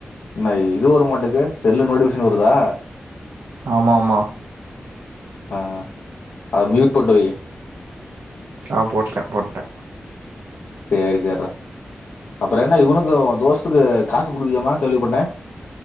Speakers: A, on the left; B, on the right.
A: என்ன இது ஒரு மாட்டுக்கு செல்லு நோடிபிகேஷன் வருதா
B: ஆமாம்மா
A: ஆ அத மியூட் போட்டு வையு
B: ஆ போட்டே போட்டே
A: சேரி சேர்ரா அப்பறோ என்ன இவனுக்கு ஓ தோஸ் க்கு காசு குடுக்கலயாமா கேள்வி பட்டே